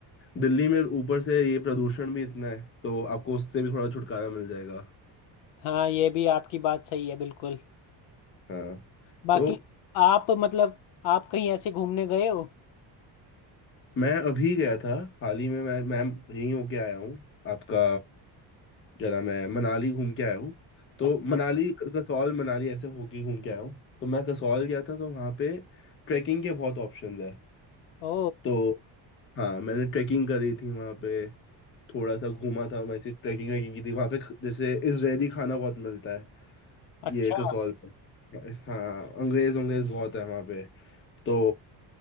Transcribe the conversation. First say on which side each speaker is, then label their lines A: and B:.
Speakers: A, on the left; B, on the left.
A: दिल्ली में ऊपर से ये प्रदूषण भी इतना है तो आपको उससे भी थोड़ा छुटकारा मिल जाएगा
B: हाँ ये भी आपकी बात सही है बिल्कुल
A: हाँ
B: बाकी
A: तो
B: आप मतलब आप कहीं ऐसे घूमने गए हो
A: मैं अभी गया था हाल ही में मैं मैं यहीं होके आया हूँ आपका क्या नाम है मनाली घूम के आया हूँ तो
B: अच्छा
A: मनाली कसौल मनाली ऐसे होके घूम के आया हूँ तो मैं कसौल गया था तो वहाँ पे ट्रैकिंग के बहुत ऑप्शंस है
B: ओ
A: तो हाँ मैंने ट्रैकिंग करी थी वहाँ पे थोड़ा सा घूमा था वैसे ट्रैकिंग वैकिंग की थी वहाँ पे ख- जैसे इजरायली खाना बहुत मिलता है
B: अच्छा
A: ये कसौल में हाँ अंग्रेज अंग्रेज बहुत है वहाँ पे तो